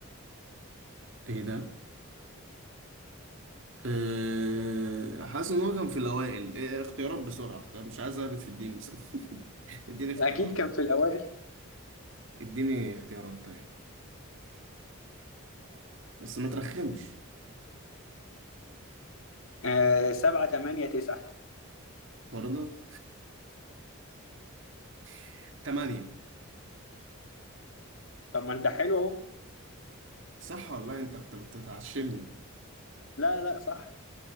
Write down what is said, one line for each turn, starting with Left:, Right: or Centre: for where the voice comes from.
Right: ايه ده أه حاسس ان هو كان في الاوائل إيه اختيارات بسرعه اختيار مش عايز اهبط في الدين بس <laughs> اديني اختيارات
Left: أكيد كان في الأوائل
Right: اديني اختيارات طيب بس ما ترخمش
Left: آه سبعة تمانية تسعة
Right: برضه <laughs> تمانية
Left: طب ما أنت حلو أهو
Right: صح والله انت بت- بتتعشمني
Left: لا لا صح